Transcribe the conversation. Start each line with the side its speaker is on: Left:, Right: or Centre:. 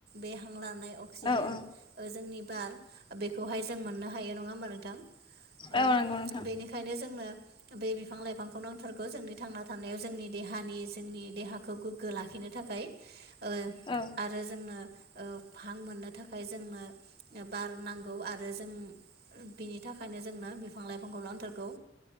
Right: बे हां लानाय अक्सिजेन
Left: औ औ
Right: जोंनि बार बेखौहाय जों मोननो हायो थायो नङा होमबा नोंथां ओ
Left: औ नंगौ नोंथां
Right: बेनिखायनो जोंनो बे बिफां लाइफांखौ नांथारगौ जोंनि थांना थानायाव जोंनि देहानि जोंनि देहाखौ गोग्गो लाखिनो थाखाय ओ
Left: औ
Right: आरो जोंनो ओ हां मोननो थाखाय जोंनो बार नांगौ आरो जों बिनि थाखायनो जोंनो बिफां लाइफांखौ नांथारगौ